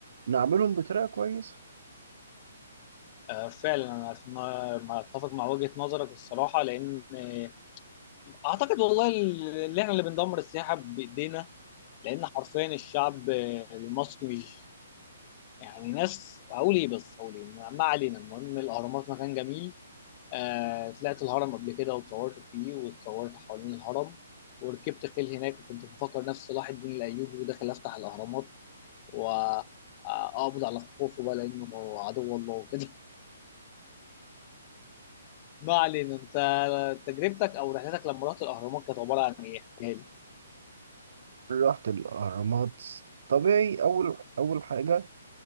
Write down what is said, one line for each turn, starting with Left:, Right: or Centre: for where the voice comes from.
Right: نعملهم بطريقه كويسه
Left: آه فعلا أنا في- ما ما أتفق مع وجهة نظرك الصراحة لأن آه، أعتقد والله ال- اللي إحنا اللي بندمر السياحة بإيدينا لأن حرفيا الشعب آه، المصري يعني ناس هقول ايه بس هقول ايه ما ما علينا المهم الاهرامات مكان جميل آه طلعت الهرم قبل كده واتصورت فيه واتصورت حوالين الهرم وركبت خيل هناك وكنت بفكر نفس صلاح الدين الايوبي وداخل افتح الاهرامات واقبض على خوفه بقى لانه عدو الله وكده <laughs> ما علينا انت تجربتك او رحلتك لما رحت الاهرامات كانت عباره عن ايه احكيها لي
Right: رحت الاهرامات طبيعي اول اول حاجه